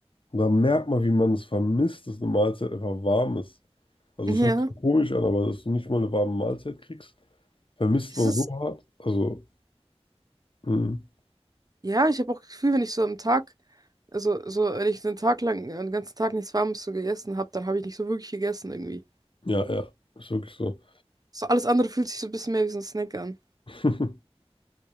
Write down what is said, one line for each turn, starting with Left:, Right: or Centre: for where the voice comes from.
Left: und da merkt man, wie man es vermisst, dass eine Mahlzeit einfach warm ist. Also,
Right: Ja.
Left: es hört sich komisch an, aber dass du nicht mal eine warme Mahlzeit kriegst, vermisst
Right: Es
Left: man
Right: ist,
Left: so hart. Also, mh,
Right: ja, ich habe auch das Gefühl, wenn ich so am Tag, also so, wenn ich einen Tag lang, einen ganzen Tag nichts Warmes so gegessen habe, dann habe ich nicht so wirklich gegessen irgendwie.
Left: ja, ja, ist wirklich so.
Right: So alles andere fühlt sich so ein bisschen mehr wie so ein Snack an.
Left: <laughs>